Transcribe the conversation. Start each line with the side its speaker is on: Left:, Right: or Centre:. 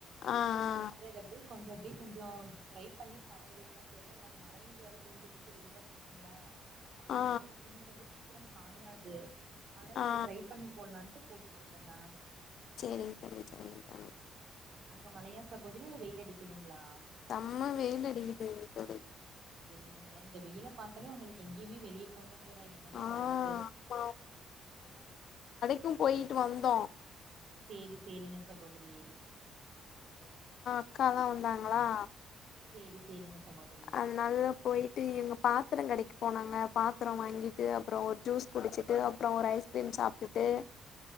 Left: ஆ ஆ
Right: அப்படி <unintelligible> கொஞ்சம் அப்டி கொஞ்சம் ட்ரை பண்ணி காய வைக்கலான்டு ஏன்னா இங்க மழையும் வேற பேஞ்சிட்ருக்கு வெயிலும் அடிக்குதுங்களா அப்டிங்கும்
Left: ஆ
Right: போது துணி வந்து சீக்கிரம் காயாது ஆனா செரி
Left: ஆ ஆ
Right: ட்ரை பண்ணி போட்லான்ட்டு போட்டுட்ருக்கேன்டா
Left: சேரிங்க சேரி சேரி சேரி
Right: அங்க மழையா சகோதரி இல்ல வெயில் அடிக்குதுங்களா
Left: செம்ம வெயிலடிக்கிது தோழி
Right: வெயிலுங்களா இந்த வெயில பாத்தாலே உங்களுக்கு எங்கேயுமே வெளியே போணுன் ங்ற எண்ணமே
Left: ஆ
Right: வராது
Left: ஆமா கும் போயிட்டு வந்தோம்
Right: சேரி சேரிங்க சகோதரி
Left: அக்காலாம் வந்தாங்களா
Right: சேரி சேரிங்க சகோதரி
Left: அதனாலதான் போயிட்டு எங்க பாத்ரங்கடைக்கு போனாங்க பாத்திரம் வாங்கிட்டு அப்புறம் ஒரு ஜூஸ் குடிச்சிட்டு அப்புறம் ஒரு ஐஸ்கிரீம் சாப்ட்டுட்டு